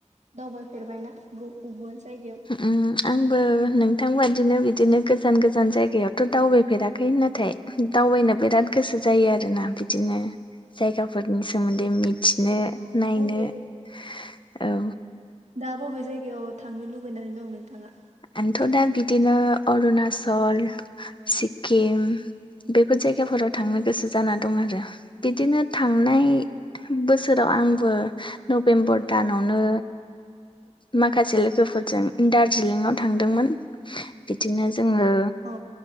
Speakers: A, on the right; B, on the left.
A: दावबायफेरबायना ओबावबा जायगायाव
B: उम आंबो नोंथां बादिनो बिदिनो गोजान गोजान जायगायावथ' दावबायफेराखै नाथाय दावबायनो बिराद गोसो जायो आरोना बिदिनो जायगाफोरनि सोमोन्दै मिथिनो
A: औ नोंथाङा
B: नायनो
A: बबे
B: औ
A: दा बबे जायगायाव थांनो लुुबैनानै दं नोंथाङा
B: आंथ' दा बिदिनो अरुणाचल सिक्किम बेफोर जायगा फोराव थांनो गोसो
A: औ
B: जाना दं आरो बिदिनो थांनाय
A: नों
B: बोसोर सोराव आंबो नबेम्बर दानावनो माखासे लोगोफोरजों दार्जिलिंआव थांदोंमोन बिदिनो जोङो
A: औ